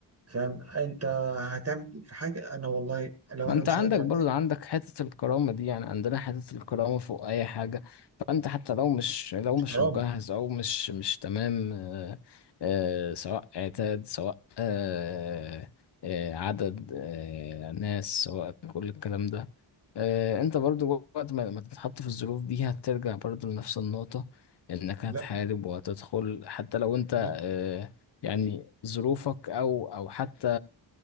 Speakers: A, on the right; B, on the left.
A: فاهم انت هتعمل في حاجه انا والله لو
B: ما
A: انا
B: انت
A: مش
B: عندك
A: هقدر عليها
B: برضه عندك حتة الكرامة دي يعني عندنا حتة الكرامة فوق أي حاجة فأنت حتى لو مش لو
A: مش
B: مش
A: كرامه
B: مجهز أو مش مش تمام آه، آه، سواء عتاد سواء آه، آه، عدد آه، ناس سواء كل الكلام ده آه، انت برضه وقت ما ما تتحط في الظروف دي هترجع برضه لنفس النقطة انك هتحارب
A: لا
B: وهتدخل حتى لو انت
A: لا
B: آه، يعني ظروفك او او حتى